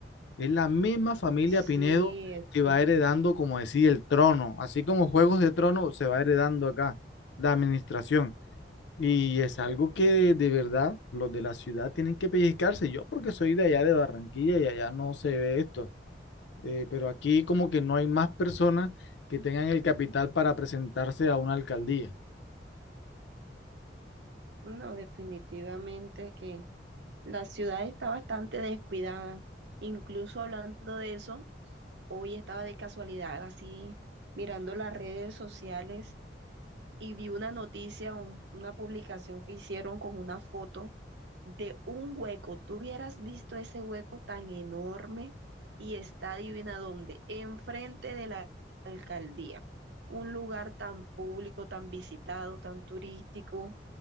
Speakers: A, on the left; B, on the right.
A: Es la misma familia
B: sí,
A: Pinedo
B: eso.
A: que va heredando, como decía, el trono. Así como Juegos de Trono se va heredando acá, la administración. Y es algo que de, de verdad los de la ciudad tienen que pellizcarse. Yo porque soy de allá de Barranquilla y allá no se ve esto. Eh, pero aquí como que no hay más personas que tengan el capital para presentarse a una alcaldía.
B: No, definitivamente que la ciudad está bastante descuidada. Incluso hablando de eso, hoy estaba de casualidad así mirando las redes sociales y vi una noticia, un- una publicación que hicieron con una foto de un hueco. Tú hubieras visto ese hueco tan enorme y está adivina dónde, enfrente de la alcaldía. Un lugar tan público, tan visitado, tan turístico,